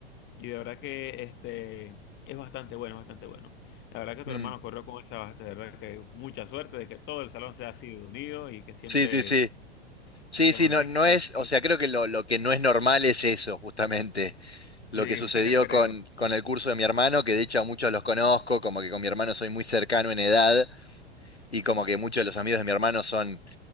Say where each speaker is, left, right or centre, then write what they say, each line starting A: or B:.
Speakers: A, on the left; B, on the left.
A: Y de verdad que este, es bastante bueno, es bastante bueno. La verdad que tu
B: Mm.
A: hermano corrió con esa, basta, de verdad que mucha suerte de que todo el salón sea así de unido y que siempre
B: Sí, sí, sí. Sí,
A: se
B: sí,
A: mantenga.
B: no, no
A: con
B: es,
A: esa-
B: o sea, creo que lo, lo que no es normal es eso, justamente,
A: Sí,
B: lo que sucedió
A: <laughs> yo creo.
B: con, con el curso de mi hermano, que de hecho a muchos los conozco, como que con mi hermano soy muy cercano en edad, y como que muchos de los amigos de mi hermano son,